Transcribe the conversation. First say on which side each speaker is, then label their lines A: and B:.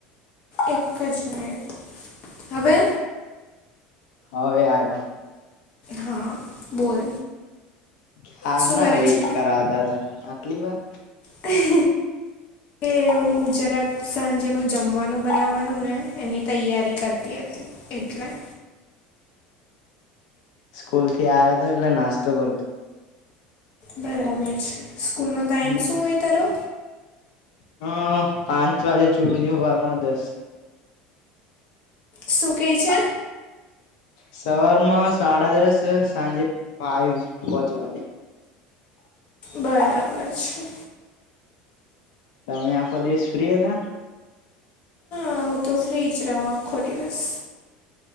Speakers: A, on the left (about 35°); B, on the left (about 80°).
A: એક જ મિનિટ હવે?
B: હવે આયો.
A: હા બોલ.
B: ક્યારના
A: શું કરે
B: વેઇટ
A: છે?
B: કરાવતા તા આટલી વાર?
A: હ કે મુજરાક સાંજેનું જમવાનું બનાવવાનું ને એની તૈયારી કરતી હતી. એટલે.
B: સ્કૂલથી આવ્યો તો એટલે નાસ્તો કર
A: બરાબર છે, સ્કૂલનો ટાઈમ
B: હમ
A: શું હોય તારો?
B: હ પાંચ વાગે <unintelligible> દસ
A: શું કેય છે?
B: સવારમાં સાડા દસ સાંજે ફાઈવ પહોચવા દે
A: બરાબર છે.
B: તમે આખો દિવસ ફ્રી હતા?
A: હા હું તો ફ્રીજ રેવ આખો દિવસ